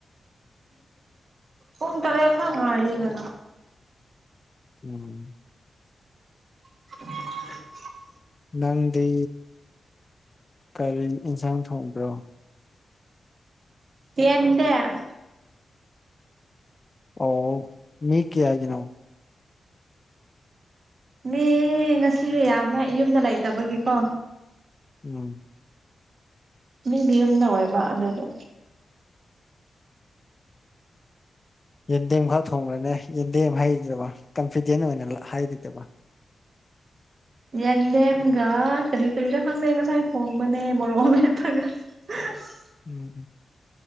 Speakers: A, on the right; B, on the left.
A: ꯄꯨꯡ ꯇꯥꯔꯦꯠ ꯇꯥ ꯉꯥꯏꯔꯤꯗ
B: ꯎꯝ
A: <inaudible>
B: ꯅꯪꯗꯤ ꯀꯔꯤ ꯌꯦꯟꯁꯥꯡ ꯊꯣꯡꯕ꯭ꯔꯣ?
A: ꯌꯦꯟꯗꯦꯝ
B: ꯑꯣ ꯃꯤ ꯀꯌꯥꯒꯤꯅꯣ?
A: ꯃꯤ ꯉꯁꯤꯗꯤ ꯌꯥꯝꯃꯦ ꯌꯨꯝꯗ ꯂꯩꯇꯕꯒꯤꯀꯣ꯫
B: ꯎꯝ
A: ꯃꯤꯒꯤ ꯌꯨꯝꯗ ꯑꯣꯏꯕ ꯑꯗꯨꯒꯤ
B: ꯌꯦꯟꯗꯦꯝ ꯈꯛ ꯊꯣꯡꯕ꯭ꯔꯅꯦ ꯌꯦꯟꯗꯦꯝ ꯍꯩꯔꯤꯗꯕ ꯀꯟꯐꯤꯗꯦꯟ ꯑꯣꯏꯅ ꯍꯥꯏꯔꯤꯗꯕ <inaudible>
A: ꯌꯦꯟꯗꯦꯝꯒ ꯀꯔꯤ ꯀꯔꯤꯗ ꯈꯪꯗꯦ ꯉꯁꯥꯏ ꯊꯣꯡꯕꯅꯦ ꯃꯣꯔꯣꯛ ꯍꯦꯄꯒ <inaudible>
B: ꯎꯝ ꯎꯝ